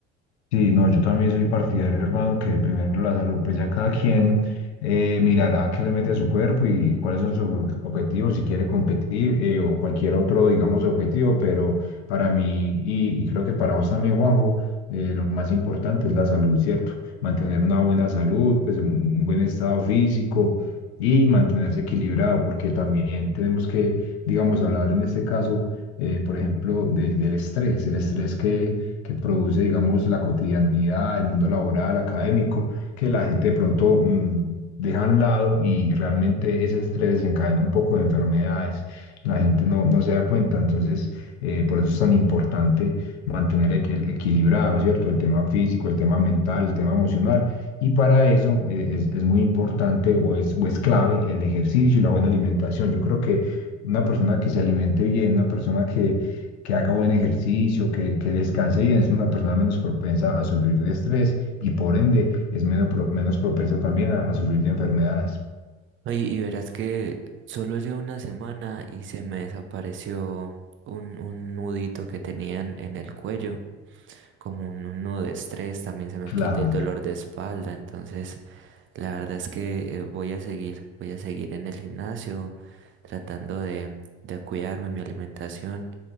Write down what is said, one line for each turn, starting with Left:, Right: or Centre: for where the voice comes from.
Left: Sí, no, yo también soy partidario, hermano, que primero la salud, pues ya cada quien eh, mirará qué le mete a su cuerpo y, y cuáles son sus objetivos, si quiere competir eh, o cualquier otro, digamos, objetivo, pero para mí y, y creo que para vos también, Juanjo, eh, lo más importante es la salud, ¿cierto? Mantener una buena salud, pues un, un buen estado físico y mantenerse equilibrado, porque también tenemos que, digamos, hablar en este caso, eh, por ejemplo, de- del estrés, el estrés que que produce, digamos, la cotidianidad, el mundo laboral, académico, que la gente de pronto mm, deja a un lado y realmente ese estrés desencadena un poco de enfermedades. La gente no, no se da cuenta, entonces eh, por eso es tan importante mantener equ- el equilibrado, ¿cierto? El tema físico, el tema mental, el tema emocional. Y para eso eh, es, es muy importante o es, o es clave el ejercicio y la buena alimentación. Yo creo que una persona que se alimente bien, una persona que que haga buen ejercicio, que, que descanse bien, es una persona menos propensa a sufrir de estrés y por ende es menos, pro- menos propensa también a, a sufrir de enfermedades.
Right: Oye, y verás que solo llevo una semana y se me desapareció un, un nudito que tenían en en el cuello. como un, un nudo de estrés, también se me
Left: Claro.
Right: quita el dolor de espalda, entonces la verdad es que eh, voy a seguir, voy a seguir en el gimnasio, tratando de, de cuidarme, mi alimentación,